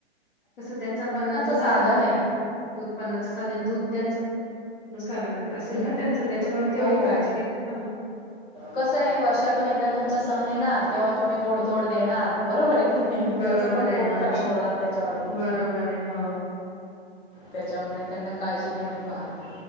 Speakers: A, on the left (about 50°); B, on the left (about 15°).
A: तसं त्यांच पण दुधाच
B: साधन आहे
A: उत्पन्नाच साधन दूध. स असेल
B: हं.
A: ना त्यांच त्याच्यामुळे तेवढी
B: हो
A: काळजी घेतात ना मग.
B: कसं आहे वर्षातून एकदा तुमचा सण येणार तेव्हा तुम्ही गोडधोड देणार. बरोबर आहे की नाही
A: बरोबर
B: त्यांचं पण
A: आहे
B: पोट
A: बरोबर
B: खराब होणार त्याच्यावर.
A: बरोबर आहे हो
B: त्याच्यामुळे त्यांना काळजी घेणं बात.